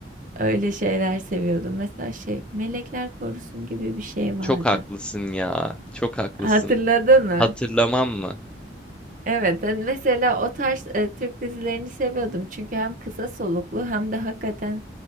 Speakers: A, on the right (about 45°); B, in the centre.
A: Öyle şeyler seviyordum. Mesela şey, Melekler Korusun gibi bir şey vardı.
B: Çok haklısın ya. Çok haklısın.
A: Hatırladın mı?
B: Hatırlamam mı?
A: Evet, ben mesela o tarz e, Türk dizilerini seviyordum. Çünkü hem kısa soluklu hem de hakikaten